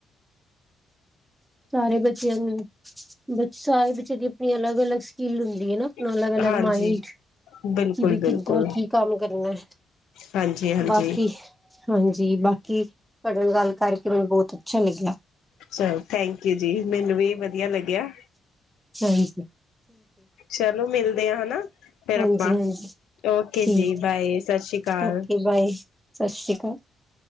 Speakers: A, in the centre; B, on the left.
A: ਸਾਰੇ ਬੱਚਿਆਂ ਨੂੰ ਬ ਸਾਰੇ ਬੱਚਿਆਂ ਦੀ ਅਲੱਗ-ਅਲਗ ਸਕਲ ਹੁੰਦੀ ਹੈ ਨਾ ਆਪਣਾ ਅਲਗ-ਅਲਗ
B: ਹਾਂਜੀ-ਹਾਂਜੀ
A: ਮਾਇੰਡ
B: ਬਿਲਕੁਲ-ਬਿਲਕੁਲ
A: ਕਿ ਬ ਕਿੱਦਾਂ ਕੀ ਕੰਮ ਕਰਨਾ
B: ਹਾਂਜੀ-ਹਾਂਜੀ
A: ਬਾਕੀ ਹਾਂਜੀ ਬਾਕੀ ਤੁਡੇ ਨਾਲ ਗੱਲ ਕਰਕੇ ਕਿ ਮੈਨੂੰ ਬਹੁਤ ਅੱਛਾ ਲੱਗਿਆ
B: ਚਲੋ ਥੈਂਕ ਯੂ ਜੀ ਮੈਨੂੰ ਵੀ ਵਧੀਆ ਲੱਗਿਆ
A: ਸਹੀ ਜੀ
B: ਚਲੋ ਮਿਲਦੇ ਆ ਹਨਾ ਫਿਰ
A: ਹਾਂਜੀ
B: ਆਪਾਂ
A: ਹਾਂਜੀ
B: ਓਕੇ
A: ਠੀਕ
B: ਜੀ
A: ਹੈ
B: ਬਾਏ ਸਤਿ ਸ਼੍ਰੀ ਅਕਾਲ
A: ਓਕੇ ਬਾਏ ਸਤਿ ਸ਼੍ਰੀ ਅਕਾਲ